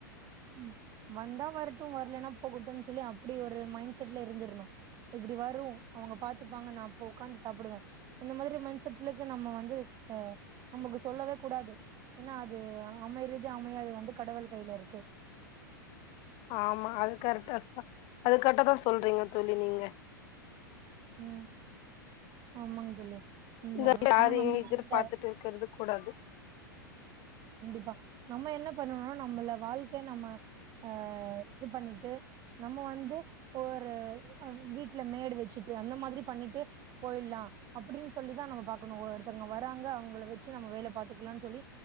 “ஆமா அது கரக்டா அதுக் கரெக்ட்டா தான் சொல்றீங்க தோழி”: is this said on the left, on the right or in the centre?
Left